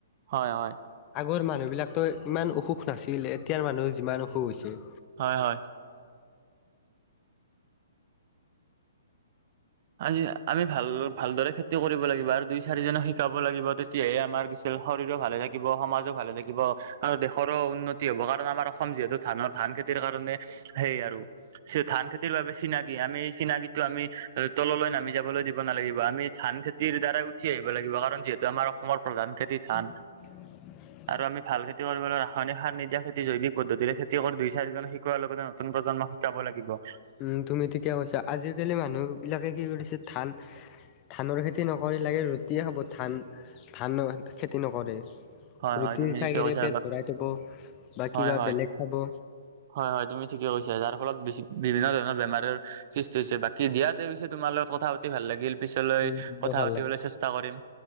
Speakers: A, on the right (about 40°); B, on the left (about 25°).
A: হয় হয়
B: আগৰ মানুহবিলাকতো ইমান অসুখ নাছিল এতিয়াৰ মানুহ যিমান অসুখ হৈছি
A: হয়, হয় আজি আমি ভাল ভালদৰে খেতি কৰিব লাগিব আৰু দুই চাৰিজনক শিকাব লাগিব তেতিয়াহে আমাৰ কিছ এইফালে শৰীৰো ভালে থাকিব সমাজো ভালে থাকিব আৰু দেশৰো উন্নত তি হ'ব কাৰণ আমাৰ অসম যিহেতু ধানৰ ধান খেতিৰ কাৰণে সেই আৰু চি ধান খেতিৰ বাবে চিনাকি আমি এই চিনাকীটো আমি তললৈ নামি যাবলৈ দিব নালাগিব আমি ধান খেতিৰ দ্বাৰাই উঠি আহিব লাগিব কাৰণ যিহেতু আমাৰ অসমৰ প্ৰধান খেতি ধান
B: <unintelligible>
A: আৰু আমি ভাল খেতি কৰিবলৈ ৰাসায়নিক সাৰ নিদিয়া খেতি জৈৱিক পদ্ধতিৰে খেতি কৰো দুই চাৰিজননে শিকোৱাৰ লগতে নতুন প্ৰজন্মক শিকাব লাগিব
B: উম তুমি ঠিকে কৈছা। আজিকালি মানুহবিলাকে কি কৰিছে ধান ধানৰ খেতি নকৰি লাগে ৰুটিয়ে খাব ধান ধান খেতি নকৰে।
A: হয়
B: ৰুটি
A: হয় তুমি
B: খাই
A: ঠিকে
B: কিনে
A: কৈছা
B: পেট ভৰাই থব, বা
A: হয়
B: কিবা
A: হয়
B: বেলেগ খাব।
A: হয় হয় তুমি ঠিকে কৈছা। যাৰ ফলত বিভিন্ন ধৰণৰ বেমাৰৰ সৃষ্টি হৈছে। বাকী দিয়াতে পিছে তোমাৰ লগত কথা পাত তি ভাল লাগিল। পিছলৈ
B: উম বৰ
A: কথা
B: ভাল
A: পাতিবলৈ
B: লাগে
A: চেষ্টা কৰিম।